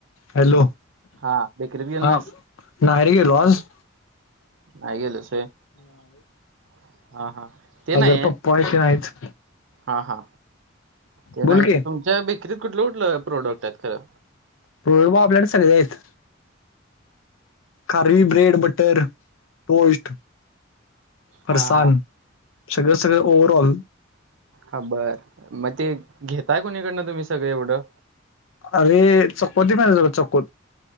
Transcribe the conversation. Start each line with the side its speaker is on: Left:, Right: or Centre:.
Left: हॅलो.
Right: हा बिकरीत गेल
Left: हा
Right: ना
Left: नाही रे गेलो आज.
Right: नाही गेलस हा हा. ते
Left: अगरपा
Right: नाही
Left: पय क नाहीच.
Right: हा हा ते
Left: बोल
Right: नाही
Left: की
Right: तर तुमच्या बेकरीत कुठलं कुठलं प्रोडक्ट आहेत खरं?
Left: प्रोडक्ट बग आपल्या कड सगळी आहेत. खरी, ब्रेड, बटर, टोस्ट. फसान
Right: हा हा
Left: सगळं सगळं ओवरऑल.
Right: हा बरं मग ते घेताय कोणीकडनं तुम्ही सगळं एवढं.
Left: अरे चकोती म झाला चकोत.